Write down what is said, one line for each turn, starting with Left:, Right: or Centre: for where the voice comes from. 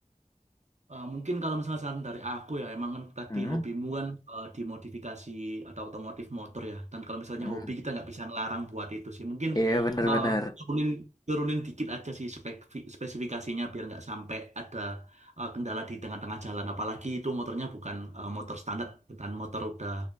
Right: Eh, mungkin kalau misalnya saran dari aku ya, emang kan tadi
Left: Hmm?
Right: hobimu kan eh, di modifikasi atau otomotif motor ya. Dan kalau misalnya
Left: Hmm.
Right: hobi kita nggak bisa ngelarang buat itu sih. Mungkin
Left: Iya bener-bener.
Right: eh, turunin turunin dikit aja sih spek, spesifikasinya biar nggak sampai ada eh, kendala di tengah-tengah jalan. Apalagi itu motornya bukan eh, motor standar, bukan motor udah